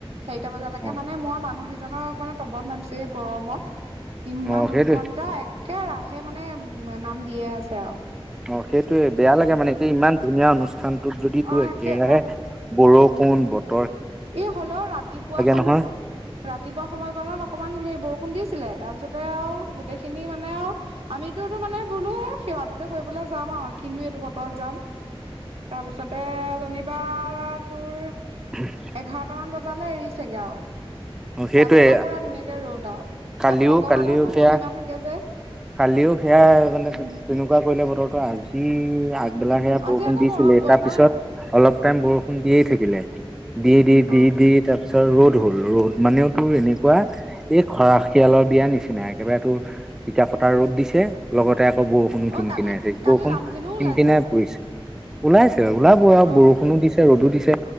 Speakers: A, on the right (about 85°); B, in the centre.
A: চাৰিটা বজালৈকে
B: অ
A: মানে মই মানুহ কেইজনক মানে তবত মানিছো এ গৰমত ইমান
B: অ সেইটোৱে
A: দুঘন্টা একেৰাহে মানে নাম দিয়ে আছে আও।
B: অ সেইটোৱে বেয়া লাগে মানে এতিয়া ইমান ধুনীয়া অনুষ্ঠানটোত যদি তোৰ
A: অ',
B: একেৰাহে
A: সেই
B: বৰষুণ বত
A: এই হলেও ৰাতিপুৱা সময়
B: নহয়
A: ৰাতিপুৱা সময়কণত অকমান হে বৰষুণ দিছিলে তাৰপিছতে আও গোটেই খিনি মানে আও আমিটোতো মানে বোলো সেৱাতোকে কই এ বোলে যাম আও কিনো এইটো বতৰত যাম। তাপিছতে যেনিবা তোৰ
B: <unintelligible>
A: এঘাৰটা মান বজালে এৰিছেগে আও।
B: অ সেইটোৱে
A: তা পিছ পা পুৰা ধুনীয়াকে ৰ'দ আও।
B: কালিও
A: এ ভগৱানটো
B: কালিও সেয়া
A: মহিমা থাকে যে।
B: কালিও সেয়া মানে
A: উম
B: তেনেকুৱা কৰিলে বতৰটো আজি আগবেলা
A: উম
B: সেয়া বৰষুণ
A: আজি আকৌ
B: দিছিলে
A: বনাই
B: তাপিছত অলপ টাইম বৰষুণ দিয়ে থাকিলে দি দি দি
A: অ
B: দি তাত পিছত ৰ'দ হ'ল ৰ'দ মানেও তোৰ এনেকুৱা এ খৰাশিয়ালৰ বিয়াৰ নিচিনা একেবাৰে তোৰ তিকা ফতাৰ ৰ'দ দিছে। লগতে আকৌ
A: অ
B: বৰষুণো কিন
A: অ কালি
B: কনেছে
A: কালি
B: বৰষুণ
A: ৰামধেনুও
B: কিন
A: ওলাইছে
B: কিনাই
A: আকৌ
B: পৰিছে। ওলাইছে ওলাব আ
A: অ
B: বৰষুণো দিছে ৰ'দো দিছে